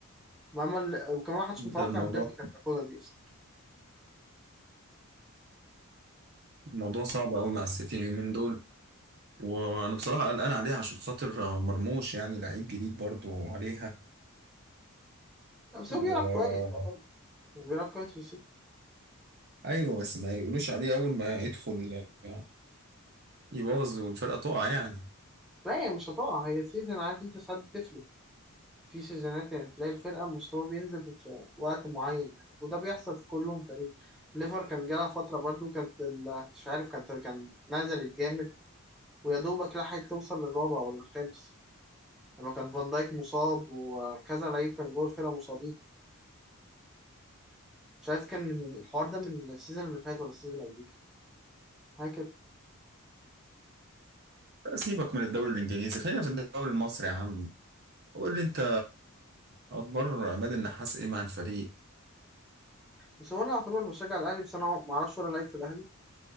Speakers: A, in the centre; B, on the right (about 50°).
A: ما عمل وكمان ما حدش متوقع
B: ده الموضوع
A: ان ليفربول كانت تاخدها دي اصلا
B: الموضوع صعب قوي مع السيتي اليومين دول وانا بصراحه قلقان عليها عشان خاطر آه، مرموش يعني لعيب جديد برضو عليها
A: لا، بس
B: و
A: هو بيلعب كويس يعتبر هو بيلعب كويس في السيتي
B: ايوه بس ما يقولوش عليه اول ما يدخل آه، يبوظ والفرقه تقع يعني
A: لا هي مش هتقع هي سيزون عارف انت ساعات بتفلت في سيزونات يعني تلاقي الفرقة مستوى بينزل في وقت معين يعني وده بيحصل في كلهم تقريبا ليفر كان جالها فترة برضو كانت ال- مش عارف كانت كان نزلت جامد ويا دوبك لحقت توصل للرابع ولا الخامس لما كان فان دايك مصاب وكذا لعيب كان جوه الفرقة مصابين مش عارف كان من الحوار ده من السيزون اللي فات ولا السيزون اللي قبليه حاجة كده
B: سيبك من الدوري الانجليزي خلينا في الدوري المصري يا عم قول لي انت اخبار عماد النحاس ايه مع الفريق
A: بس هو انا اعتبر بشجع الاهلي بس انا ما اعرفش ولا لعيب في الاهلي